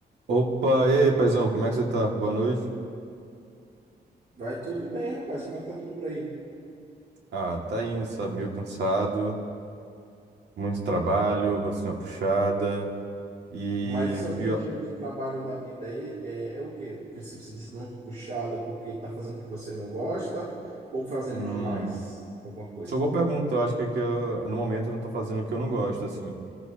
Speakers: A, on the right (about 80°); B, on the right (about 45°).
A: Opa, e aí, paizão, como é que você tá? Boa noite.
B: Vai tudo bem, rapaz. Como é que tá tudo por aí?
A: Ah, tá indo, sabe? Meio cansado, muito trabalho, rotina puxada e
B: Mas o seu
A: o
B: objetivo
A: pior.
B: de trabalho na vida aí é, é o quê? Se você disse muito puxada porque tá fazendo o que você não gosta ou fazendo
A: Hum,
B: demais alguma coisa?
A: só boa pergunta, eu acho que, é que eu, no momento eu não tô fazendo o que eu não gosto, assim.